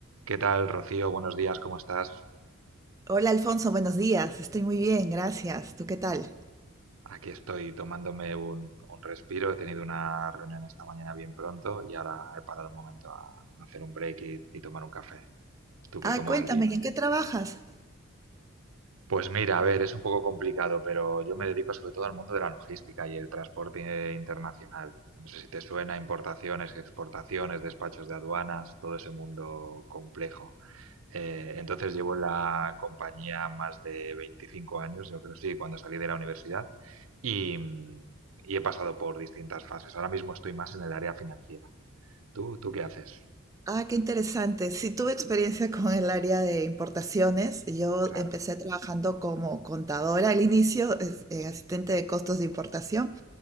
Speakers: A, on the right; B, on the right.
A: ¿Qué tal, Rocío? Buenos días, ¿cómo estás?
B: Hola Alfonso, buenos días. Estoy muy bien, gracias. ¿Tú qué tal?
A: Aquí estoy tomándome un, un respiro. He tenido una reunión esta mañana bien pronto y ahora he parado un momento a hacer un break y, y tomar un café. ¿Tú qué,
B: Ah,
A: cómo
B: cuéntame,
A: va el día?
B: ¿y en qué trabajas?
A: Pues mira, a ver, es un poco complicado, pero yo me dedico sobre todo al mundo de la logística y el transporte internacional. No sé si te suena importaciones, exportaciones, despachos de aduanas, todo ese mundo complejo. Eh, entonces llevo en la compañía más de 25 años, yo creo, sí, cuando salí de la universidad y, mm, y he pasado por distintas fases. Ahora mismo estoy más en el área financiera. ¿Tú, tú qué haces?
B: Ah, qué interesante. Sí, tuve experiencia con el área de importaciones. Yo
A: Claro.
B: empecé trabajando como contadora al inicio, es- eh, asistente de costos de importación,